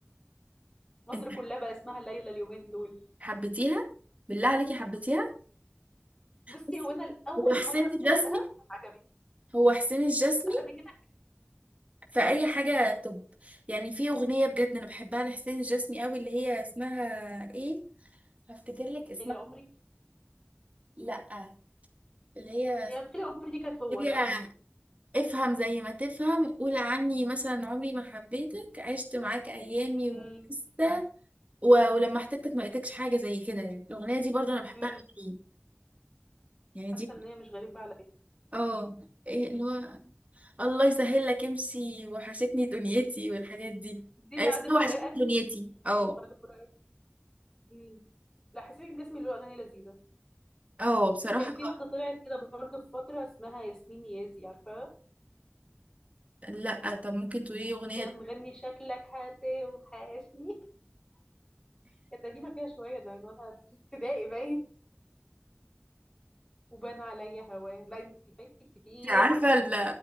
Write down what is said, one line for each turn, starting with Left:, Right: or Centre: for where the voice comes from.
Left: مصر
Right: انت
Left: كلها بقى اسمها ليلى اليومين دول
Right: حبيتيها بالله عليكي حبيتيها
Left: بصي
Right: بصي
Left: هو انا الاول
Right: هو حسين
Left: مره سمعتها
Right: الجسمي
Left: عجبتني
Right: هو حسين الجسمي
Left: بعد كده
Right: فأي حاجة طب يعني في أغنية بجد أنا بحبها لحسين الجسمي قوي اللي هي اسمها إيه؟ هفتكر لك
Left: تخيلي
Right: اسمها
Left: عمري
Right: لأ اللي هي
Left: هي بخيل عمري دي كانت هو
Right: اللي
Left: صح؟
Right: هي افهم زي ما تفهم قول عني مثلا عمري ما حبيتك عشت معاك أيامي
Left: امم
Right: ولسه و... ولما احتجتك ما لقيتكش حاجة زي كده يعني الأغنية دي برضو أنا بحبها
Left: امم
Right: قوي يعني
Left: حاسه
Right: دي
Left: ان هي مش غريبه عليا
Right: اه إيه اللي هو الله يسهل لك امشي وحشتني دنيتي والحاجات دي
Left: دي
Right: آه،
Left: بعد فراقك
Right: وحشتني دنيتي اه
Left: جميل بعد فراقك امم لا حسين الجسمي له اغاني لذيذه
Right: اه بصراحة
Left: كان في واحده طلعت كده برضه في فتره اسمها ياسمين نيازي عارفاها
Right: لا طب ممكن تقولي لي اغنيه
Left: كانت
Right: لي
Left: مغني شكلك هاتي وحاشني كانت قديمه كده شويه ده من وانا في ابتدائي باين وبان عليا هواه لا انت فايتك كتير
Right: انت عارفه ال